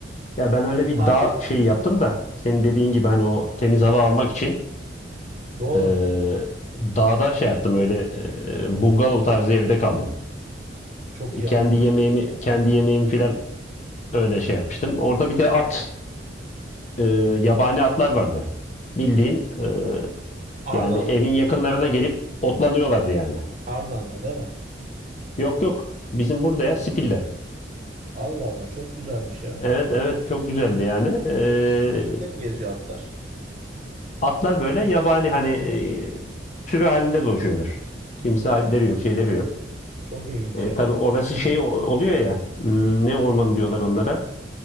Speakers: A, on the left; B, on the right.
A: Ya ben öyle bir
B: Tatil
A: dağ
B: gibi.
A: şeyi yaptım da senin dediğin gibi hani o temiz hava almak için
B: Doğru.
A: Eee, dağda şey yaptım öyle eee, bungalov tarzı evde kaldım.
B: Çok iyi yap.
A: Kendi yemeğimi kendi yemeğimi filan öyle şey yapmıştım. Orada bir de at eee, yabani atlar vardı. Bildiğin eee,
B: Ardahan.
A: yani evin yakınlarına gelip otlanıyorlardı yani.
B: Ardahan'la değil mi?
A: Yok yok bizim burada ya Spil'de.
B: Allah Allah çok güzelmiş ya.
A: Evet evet çok güzeldi yani. Eee,
B: Hem geziyor atlar.
A: atlar böyle yabani hani eee, sürü halinde dolaşıyorlar. Kimse sahipleri yok şeyleri yok.
B: Çok ilginç
A: E,
B: ya.
A: tabii orası şey oluyor ya. hmm, Ne ormanı diyorlar onlara?